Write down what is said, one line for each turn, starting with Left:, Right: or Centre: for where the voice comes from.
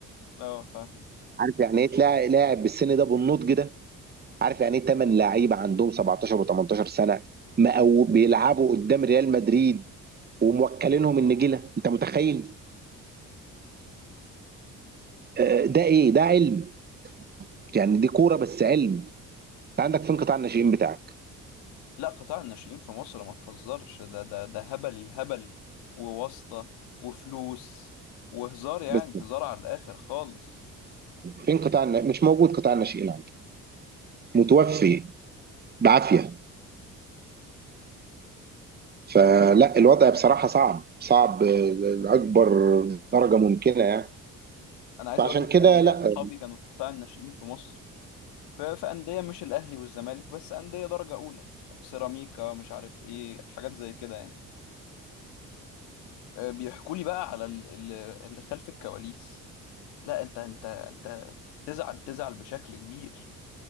Left: اه فاهم
Right: عارف يعني ايه تلاقي لاعب بالسن ده بالنضج ده عارف يعني ايه 8 لعيبه عندهم 17 و18 سنه مقو بيلعبوا قدام ريال مدريد وموكلينهم النجيله انت متخيل آه، ده ايه ده علم يعني دي كوره بس علم انت عندك فين قطاع الناشئين بتاعك
Left: لا قطاع الناشئين في مصر ما تهزرش ده ده ده هبل الهبل وواسطة وفلوس وهزار يعني
Right: بس
Left: هزار على الآخر خالص
Right: فين قطاع النا- مش موجود قطاع الناشئين عندك متوفي بعافيه فلا الوضع بصراحه صعب صعب آه، لاكبر درجه ممكنه يعني
Left: أنا عايز
Right: فعشان
Left: أقول لك
Right: كده
Left: أنا ليا
Right: لا
Left: صحابي كانوا في قطاع الناشئين في مصر ف- في أندية مش الأهلي والزمالك بس أندية درجة أولى سيراميكا مش عارف إيه حاجات زي كده يعني أه، بيحكوا لي بقى على ال- ال- اللي خلف الكواليس لا أنت أنت أنت تزعل تزعل بشكل كبير